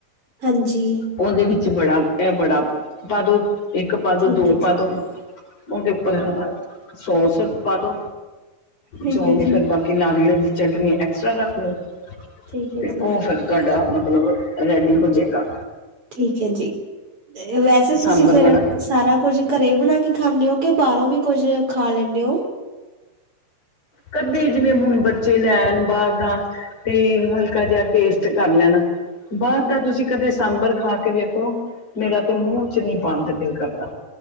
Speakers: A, on the right (about 40°); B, on the left (about 45°).
A: ਹਾਂਜੀ।
B: ਔਂਦੇ ਵਿੱਚ ਵੜਾ, ਏਹ ਵੜਾ ਪਾ ਦੋ ਇੱਕ ਪਾ ਦੋ,
A: ਠੀਕ
B: ਦੋ
A: ਹੈ ਜੀ,
B: ਪਾ ਦੋ। ਉਹਦੇ ਉੱਪਰ ਹ-ਹ ਸੋਸ ਪਾ ਦੋ
A: ਠੀਕ
B: ਜੋ
A: ਹੈ
B: ਵੀ
A: ਜੀ,
B: ਫੇਰ ਬਾਕੀ ਨਾਰੀਅਲ ਦੀ ਚਟਨੀ ਐਕਸਟਰਾ ਰੱਖ ਲੋ।
A: ਠੀਕ ਹੈ
B: ਤੇ
A: ਜੀ,
B: ਉਹ ਫਿਰ ਤੁਹਾਡਾ ਮਤਲਬ ਰੈਡੀ ਹੋ ਜੇਗਾ।
A: ਠੀਕ ਹੈ ਜੀ। ਵੈਸੇ
B: ਸਾਂਬਰ
A: ਤੁਸੀਂ ਫੇਰ
B: ਵੜਾ
A: ਸਾਰਾ ਕੁੱਝ ਘਰੇ ਬਣਾ ਕੇ ਖਾਣੇ ਹੋ ਕੇ ਬਾਹਰੋਂ ਵੀ ਕੁੱਝ ਖਾ ਲੈਣੇ ਹੋ?
B: ਕਦੇ ਜਿਵੇਂ ਹੁਣ ਬੱਚੇ ਲੈਣ ਬਾਹਰ ਦਾ ਤੇ ਹਲਕਾ ਜਿਹਾ ਟੇਸਟ ਕਰ ਲੈਣਾ। ਬਾਹਰ ਦਾ ਤੁਸੀਂ ਕਦੇ ਸਾਂਭਰ ਖਾ ਕੇ ਦੇੇਖੋ। ਮੇਰਾ ਤੇ ਮੂੰਹ ਚ ਨੀ ਪਾਣੀ ਦਾ ਦਿਲ ਕਰਦਾ